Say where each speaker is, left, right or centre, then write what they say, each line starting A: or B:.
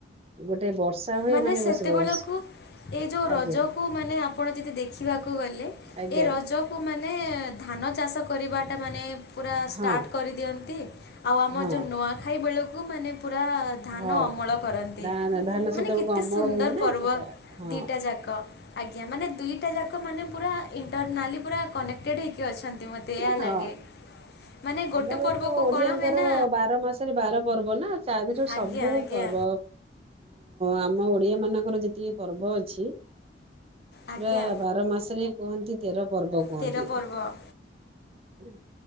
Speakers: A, on the right (about 35°); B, on the left (about 60°).
A: ଗୋଟେ ବର୍ଷା ହୁଏ
B: ମାନେ ସେତେବେଳକୁ
A: ବସ ବସ୍
B: ଏ ଯୋଉ ରଜ
A: ଆଜ୍ଞା
B: କୁ ମାନେ ଆପଣ ଯଦି ଦେଖିବାକୁ ଗଲେ
A: ଆଜ୍ଞା
B: ଏ ରଜ ତାକୁ ମାନେ ଧାନ ଚାଷ କରିବାଟା ମାନେ ପୁରା ଷ୍ଟାର୍ଟ
A: ହଁ
B: କରିଦିଅନ୍ତି। ଆଉ ଆମ
A: ହଁ
B: ଯୋଉ ନୂଆଖାଇ ବେଳକୁ ମାନେ ପୁରା ଧାନ
A: ହଁ।
B: ଅମଳ କରନ୍ତି।
A: <unintelligible>
B: ମାନେ କେତେ ସୁନ୍ଦର
A: ହୁଏ ନା
B: ପର୍ବ
A: ସେଟା ହଁ
B: ଦିଟା ଯାକ ଆଜ୍ଞା। ମାନେ ଦୁଇଟା ଯାକ ମାନେ ପୁରା ଇଣ୍ଟରନାଲି ପୁରା କନେକ୍ଟେଡ଼୍ ହେଇକି ଅଛନ୍ତି ମୋତେ ଏହା
A: ହଁ
B: ଲାଗେ। ମାନେ ଗୋଟେ
A: ଆମର
B: ପର୍ବକୁ
A: ତ ଓଡିଆଙ୍କର
B: କଣ ହୁଏ ନା
A: ବାର ମାସରେ ବାର ପର୍ବ ନା ଚାରି ଯୋଉ ସବୁ
B: ଆଜ୍ଞା ଆଜ୍ଞା
A: ପର୍ବ ଆମ ଓଡିଆ ମାନଙ୍କର ଯେତିକି ପର୍ବ ଅଛି। ପୁରା
B: ଆଜ୍ଞା
A: ବାର ମାସରେ କୁହନ୍ତି ତେର ପର୍ବ କୁହନ୍ତି।
B: ତେର ପର୍ବ।
A: ହୁଁ।